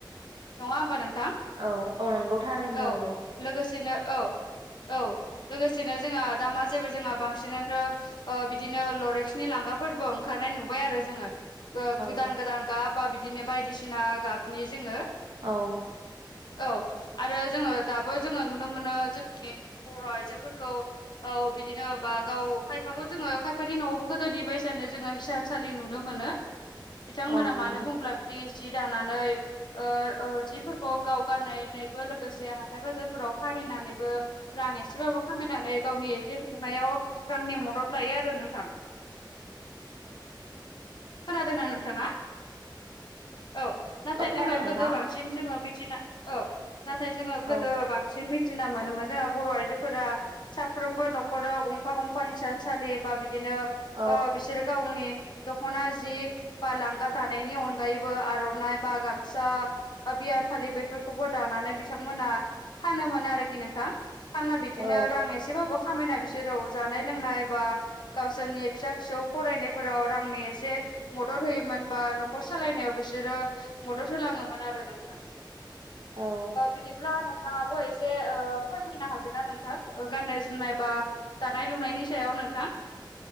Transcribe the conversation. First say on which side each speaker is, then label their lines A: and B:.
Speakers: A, on the left; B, on the right.
A: नङा होमबा नोंथां
B: औ औ नंगौ थारैनो
A: औ
B: नांगौ
A: लोगोसेनो औ औ लोगोसेनो जोंहा दा मा जाहैबाय जोंहा बांसिनानो बिदिनो लरेक्सनि लांगाफोरबो ओंखारनाय नुबाय आरो जोङो ओ
B: औ
A: गोदान गोदान गाब बा बिदिनो बायदिसिना गाबनि जोङो
B: औ
A: औ आरो जोङो दाबो जोङो नुनो मोनो जों ए बर' आइजोफोरखौ औ बिदिनो बा गाव खायफाखौ जोङो खायफानि न'आवबो गोदोनि बायसानो जोङो हिसानसालि नुनो मोनो बिथांमोना
B: औ नंगौ
A: मानो बुंब्ला बिदि जि दानानै ओ ओ जिफोरखौ गावगाननायनानैबो लोगोसे हाथाय बाजारफोराव फानहैनानैबो रां एसेबाबो खामायनानै गावनि जि सुंनायाव रांनि मदद लायो आरो नोंथां खोनादोंना नोंथाङा औ नाथाय
B: औ
A: जोङो
B: खोनादों नोंथां
A: गोदो बांसिन सिन जोङो मिथिनो औ नाथाय जोङो गोदो
B: औ
A: बांसिन थिना मोनोमोनो बर' आइजोफोरा साफ्रोमबो न'खराव गंफा गंफा हिसानसालि बा बिदिनो
B: औ
A: ओ बिसोरो गावनि ख'ना जि बा लांगा दानायनि अनगायैबो आर'नाइ बा गामसा अभियान फालि बेफोरखौबो दानानै बिथांमोना फानो मोनो आरोखि नोंथां। फानना बिदिनो
B: औ
A: रां एसेबाबो खामायना बिसोराव जानाय लोंनाय बा गावसोरनि फिसा फिसौ फरायनायफोराव रांनि एसे मदद होयोमोन बा न'खर सालायनायाव बिसोरो मदद होलाङोमोन आरो नोंथां।
B: औ
A: बिदिब्ला नाङाबो एसे फोरमायनो हागोन ना नोंथां गाननाय जोमनाय बा दानाय लुनायनि सायाव नोंथां।